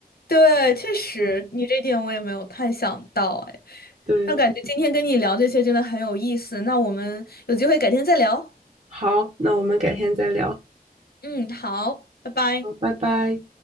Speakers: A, on the left; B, on the right.
A: 对，确实，
B: 嗯，
A: 你这点我也没有太想到，哎，
B: 对，
A: 那感觉今天跟你聊这些真的很有意思。那我们有机会改天再聊。
B: 好，那我们改天再聊，
A: 嗯，好，拜拜。
B: 好，拜拜。